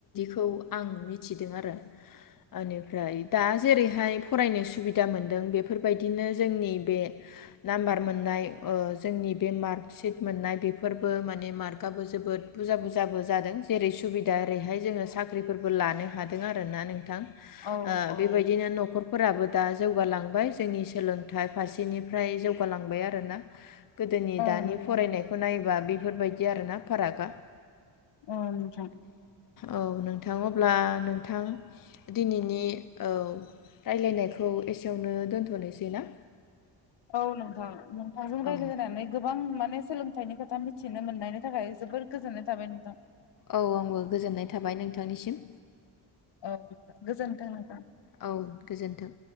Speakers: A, on the left (about 45°); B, on the left (about 60°).
A: खौ आं मिथिदों आरो बेनिफ्राय दा जेरैहाय फरायनो सुबिदा मोनदों बेफोरबायदिनो जोंनि बे नाम्बार मोननाय ओ जोंनि बे मार्कसिट मोननाय बेफोरबो माने मार्कआबो जोबोद बुरजा बुरजो जादों जेरै ओ सुबिदा एरैहाय जोङो साख्रिफोर बो लानो हादों आरोना नोंथां ओ
B: औ औ
A: बेबायदिनो न'खर फोराबो दा जौगालांबाय जोंनि सोलोंथाइ फारसेनिफ्राय जौगालांबाय आरोना गोदोनि
B: औ
A: दानि
B: नोंथां
A: फरायनायखौ नाय बेफोरबायदि आरोना फारागा
B: औ नोंथां
A: औ नोंथां अब्ला नोंथां दिनैनि औ राय्लायनायखौ एसेयावनो दोनथ'नोसै ना
B: औ नोंथां नं थांजों रायज्लायनानै
A: औ
B: गोबां मो माने सोलोंथाइनि खोथा मिथिनो मोननायनि थाखाय जबोद गोजोननाय थाबाय नोंथां
A: औ आंबो गोजोननाय थाबाय नोंथांनिसिम
B: औ गोजोन्थों नोंथां।
A: औ गोजोन्थों।